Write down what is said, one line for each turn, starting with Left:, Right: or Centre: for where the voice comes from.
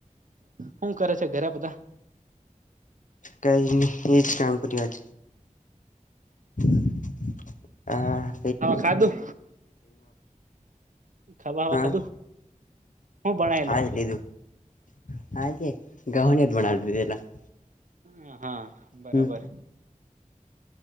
Right: હુ કરે છે ઘરે બધા
Left: કઈ ન એ જ કામ કર આજ <inaudible> હા
Right: ખાધું ખાવા ખાવા
Left: હા
Right: ખાધું હું ભણાયેલું
Left: ખાય લિધુ <inaudible>
Right: હ હા બરાબર
Left: હમ